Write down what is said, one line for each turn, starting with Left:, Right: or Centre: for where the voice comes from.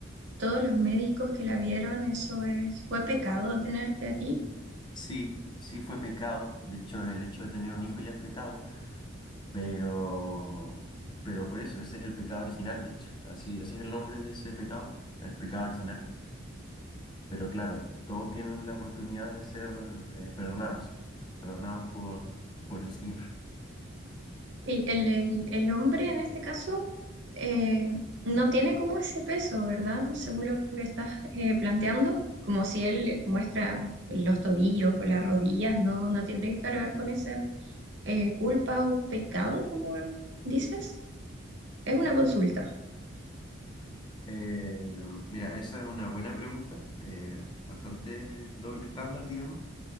Right: todos los médicos que la vieron, eso es, ¿fue pecado tenerte a ti?
Left: Sí, sí fue pecado, de hecho el hecho de tener un hijo ya es pecado. Pero, pero por eso, ese es el pecado original, de hecho. Así, ese es el nombre de ese pecado, el pecado original. Pero claro, todos tienen la oportunidad de ser eh, perdonados, perdonados por, por el Señor. <laughs>
Right: Y el, el- el hombre en este caso eh, no tiene como ese peso, ¿verdad? Según lo que estás eh, planteando, como si él muestra los tobillos o las rodillas, no, no tiene que cargar con esa eh, culpa o pecado, como dices. Es una consulta.
Left: Eh, mira, esa es una buena pregunta, eh, bastante doble estándar, digamos.